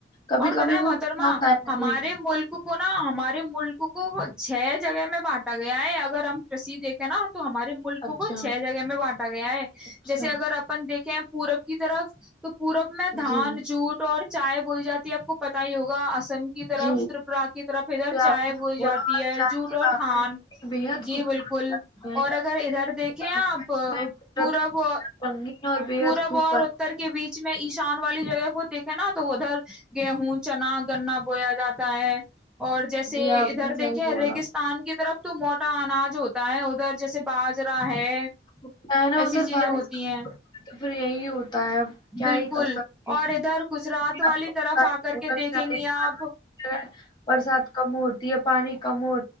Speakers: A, on the left (about 25°); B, in the centre.
A: کبھی
B: اور
A: کبھی
B: بتائیں محترما
A: وہ نقصان دایک
B: ہمارے
A: بھی ہے
B: ملک کو نا ہمارے ملک کو چھ جگہ میں بانٹا گیا ہے اگر ہم کی دیکھیں نا تو ہمارے ملکوں
A: اچھا
B: کو چھ جگہ میں بانٹا گیا ہے
A: اچھا
B: جیسے اگر اپن دیکھ کیا پورب کی طرف <unintelligible> پورب میں دھان
A: جی
B: جووٹ اور <unintelligible> چائے بولی جاتی ہے آپ کو پتا ہی ہوگا <unintelligible> م کی طرف
A: جی
B: ترپا کی طرف ادھر
A: یہ
B: چائے
A: آپ نے
B: بول
A: بولا
B: جاتی
A: اور
B: ہے
A: چائے
B: جوٹ
A: کے
B: اور
A: باغ
B: تھان
A: بےحد
B: جی
A: خوبصورت
B: بالکل
A: لگتے ہیں
B: اور اگر ادھر دیکھیں
A: خدا
B: آپ
A: نے سچ میں قدرت
B: پورا
A: کو
B: وہ
A: بے
B: <inaudible>
A: حد رنگین اور بےحد
B: پورب
A: خوب
B: اور
A: بنایا
B: اتر
A: ہے
B: کے بیچ میں ایشان والی جگہ کو دیکھے نا <unintelligible> تو ادھر گیہوں چنا گنا بویا جاتا ہے <unintelligible> اور جیسے
A: جی آپ
B: ادھر
A: نے
B: دیکھے
A: صحیح بولا
B: ریگستان کی طرف <unintelligible> تو موٹا اناج ہوتا ہے ادھر جیسے باجرا ہے <unintelligible>
A: کیا ہے نا
B: ایسی
A: ادھر
B: چیزیں
A: بارش
B: ہوتی
A: کا موسم
B: ہیں <unintelligible>
A: ہے پھر یہی ہو <unintelligible> ہو اب کیا
B: بالکل
A: ہی کر سکتے ہیں
B: اور ادھر گجرات والی
A: آپ کو
B: طرف آ کر کے دیکھیں
A: چیس
B: گی آپ
A: برسات کا م <unintelligible> تی یہ پانی کمو <unintelligible>